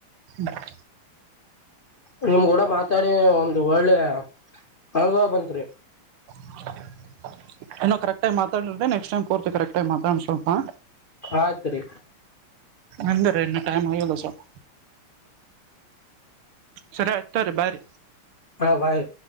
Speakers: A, on the right (about 80°); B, on the left (about 75°).
A: ರೀ ಹ್
B: ನಿಮ್ ಕೂಡ ಮಾತಾಡಿ ಒಂದು ಒಳ್ಳೇ ಅನುಭವ ಬಂತ್ರಿ.
A: <inaudible> ಇನ್ನೋ ಕರೆಕ್ಟ್ ಮಾತಾಡ್ರೆ ನೆಕ್ಸ್ಟ್ ಟೈಮ್ ಪೂರ್ತಿ ಕರೆಕ್ಟ್ ಆಗಿ ಮಾತಾಡಣ ಸ್ವಲ್ಪಾ.
B: ಆಯ್ತ್ ರೀ
A: ಅಂದ್ರೆ ಇನ್ನು ಟೈಮ್ ಆಗಿಲ್ಲ ಸ್ವಲ್ಪ. ಸರಿ ಆಯ್ತು ತೋರಿ ಬೈ ರೀ
B: ಹಾ ಬಾಯ್ ರೀ